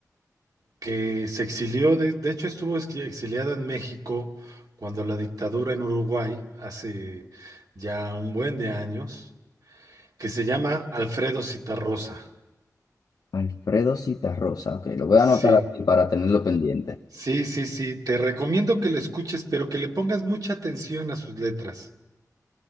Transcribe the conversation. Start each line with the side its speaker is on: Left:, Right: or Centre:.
Right: que se exilió, de, de hecho estuvo ex- exiliada en México cuando la dictadura en Uruguay, hace ya un buen de años, que se llama Alfredo Citarrosa.
Left: Alfredo Citarrosa, ok, lo voy
Right: Sí,
Left: a anotar aquí para tenerlo pendiente.
Right: sí, sí, sí, te recomiendo que lo escuches, pero que le pongas mucha atención a sus letras.